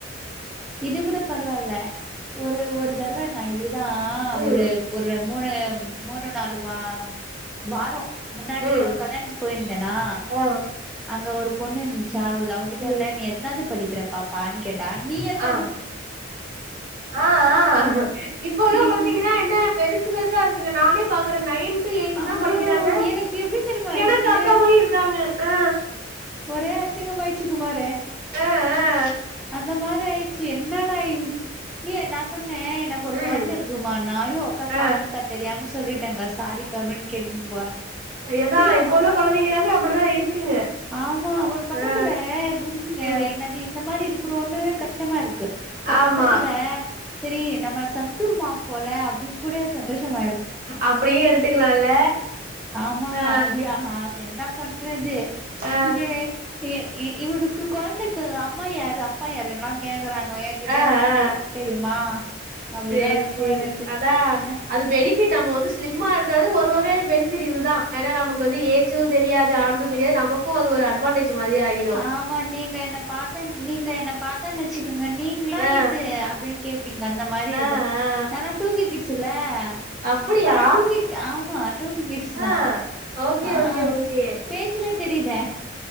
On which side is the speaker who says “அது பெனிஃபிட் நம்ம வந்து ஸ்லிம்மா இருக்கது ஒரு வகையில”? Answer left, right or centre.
Right